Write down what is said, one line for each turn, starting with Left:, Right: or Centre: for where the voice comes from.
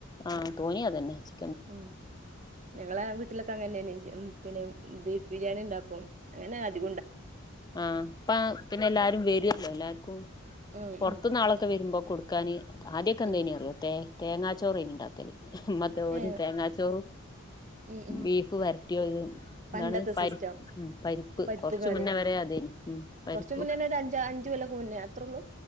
Left: ആഹ് തോനീയത് തന്നെ വച്ച്
Right: ഉം ഞങ്ങളെ വീട്ടിലൊക്കെ അങ്ങനതന്നെ ഉം പിന്നെ ബീഫ് ബിരിയാണി ഉണ്ടാക്കും അങ്ങനെ അധി
Left: ആഹ് പ്പ പിന്നെ എല്ലാരും വരുല്ലോ എല്ലാർക്കും
Right: ഉം
Left: പുറത്തുന്നാളൊക്കെ
Right: ഉം
Left: വരുമ്പോ കൊടുക്കാന് ആദ്യക്കെ എന്തേനി
Right: ഉം
Left: അറിവോ മറ്റേ തേങ്ങാച്ചോറ് ഇനി ഉണ്ടാക്കെല് ഉമ്മ തോനേം
Right: ഏഹ്
Left: തേങ്ങാച്ചോറ്-
Right: ഉം ഉം
Left: ബീഫ് വരട്ടിയോത് എന്താണ്
Right: പണ്ടത്തെ
Left: പരി
Right: സിസ്റ്റം
Left: പരി
Right: പരിപ്പ്
Left: കൊറച്ച്
Right: കറി
Left: മുന്നേ വരെയാതെന് ഉം പരിപ്പൂ-
Right: കുറച്ച് മുന്നേന്നെ ഒരു അഞ്ച് അഞ്ച് കൊല്ലൊക്കെ മുന്നേ അത്രേ ഉള്ളൂ